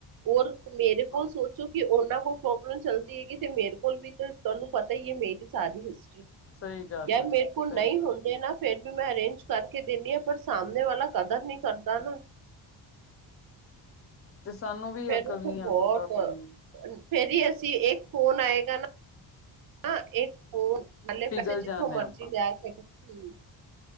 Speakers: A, on the right; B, on the left.
A: ਹੋਰ, ਮੇਰੇ ਕੋਲ
B: ਹਾਂ
A: ਸੋਚੋ। ਕਿ ਉਹਨਾਂ ਕੋਲ ਪ੍ਰੋਬਲਮ ਚੱਲਦੀ ਹੈਗੀ ਤੇ ਮੇਰੇ ਕੋਲ ਵੀ ਤੁਹਾਨੂੰ ਪਤਾ ਹੀ ਹੈ, ਮੇਰੀ ਸਾਰੀ ਹਿਸਟਰੀ।
B: ਸਹੀ ਗੱਲ
A: ਯਾਰ,
B: ਹੈ
A: ਮੇਰੇ ਕੋਲ
B: ਸਹੀ
A: ਨਹੀਂ
B: ਗੱਲ
A: ਹੁੰਦੇ ਨਾ। ਫੇਰ ਵੀ ਮੈਂ ਅਰੇਂਜ ਕਰਕੇ ਦੇਿੰਦੀ ਹਾਂ, ਪਰ ਸਾਹਮਣੇ ਵਾਲਾ ਕਦਰ ਨੀ ਕਰਦਾ ਨਾ।
B: ਤੇ ਸਾਨੂੰ ਵੀ।
A: ਫੇਰ
B: ਅਕਲ
A: ਉਥੇ
B: ਨੀ ਆਉਂਦੀ
A: ਬਹੁਤ,
B: ਭਾਬੀ
A: ਫੇਰ ਹੀ ਅਸੀਂ ਇੱਕ ਫੋਨ ਆਏਗਾ ਨਾ। ਹਾਂ ਇੱਕ ਫੋਨ
B: ਪਿਘਲ
A: ਪੈਸੇ ਜਿੱਥੋਂ
B: ਜਾਂਦੇ
A: ਮਰਜੀ
B: ਆਪਾਂ
A: ਲਿਆ ਕੇ, ਹਮ